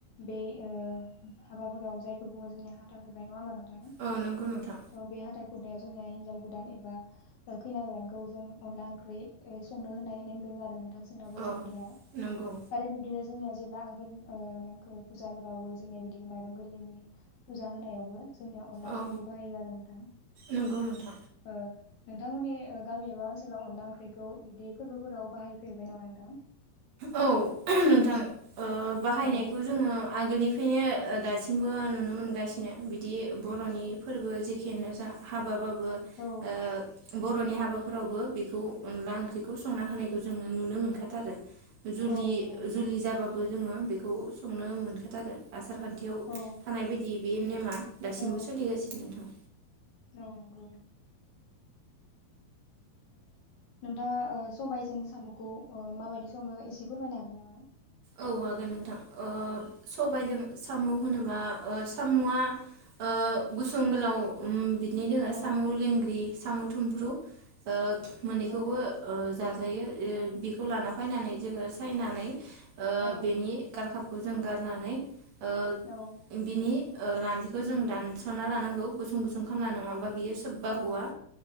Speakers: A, on the left (about 55°); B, on the right (about 60°).
A: बे ओह हाबाफोराव जायखौ बुङो जोंनिया हाथा हुरनाय नङा होनबा नों थां
B: औ नंगौ नोंथां
A: औ बे हाथा खुरनाय। जोंनिया हिन्जाव गोदान एबा ओह खैना गोदानखौ जों अनला ओंख्रि ओह संनो होनाय नेमदों आरो नोंथां जोंना बर'फोरनिया।
B: औ नंगौ
A: आरो बिब्दिनो जोंनिया जेब्ला आगोन ओह माखो फुजाफोरावबो जोंनिया बिदिनो माइरं गोरलैनि फुजा होनायावबो जोंनिया अनला
B: औ
A: ओंख्रिखौ बाहायो आरो नोंथां
B: नंगौ नोंथां
A: ओ नोंथांमोननि गामि एबा ओनसोलाव अनला ओंख्रिखौ बिदि फोरबोफोराव बाहायफेरबाय नामा नोंथां?
B: औ नोंथां। ओह बाहायनायखौ
A: औ
B: जोङो आगोलनिफ्रायनो दासिमबो नुनो मोनगासिनो बिदि बर'नि फोरबो जेखियानो जा हाबाबा बो
A: औ
B: ओह बर'नि हाबाफोरावबो बेखौ अनला ओंख्रिखौ संना होनायखौ जों नुनो मोनखाथारो। जुलि
A: औ नंगौ
B: जुलि जाबाबो जोङो बेखौ संनो मोनखाथारो <unintelligible> आसारखान्थियाव
A: औ
B: थानाय बायदि। बे नेमा दासिमबो
A: औ
B: सोलिगासिनो नोंथां।
A: औ नंगौ। नोंथाङा ओ सबायजों साम'खौ ओ माबायदि सङो एसे फोरमायनो हागोन नामा?
B: औ हागोन नोंथां ओ सबायजों साम' होनोबा ओ साम'आ ओह गुसुं गोलाव बिनि दोङो
A: औ
B: साम' लेंग्रि साम' थुमफ्रु ओह मोननैखौबो
A: औ
B: ओ जाजायो ओ बेखौ लाना फैनानै जोङो सायनानै ओ
A: औ
B: बेनि गालखाब खौ जों गारनानै ओ
A: औ
B: बिनि ओ लान्जिखौ जों दानस'ना लानांगौ गुसुं गुसुं खामना नङाबा बियो सोबबा
A: औ
B: गवा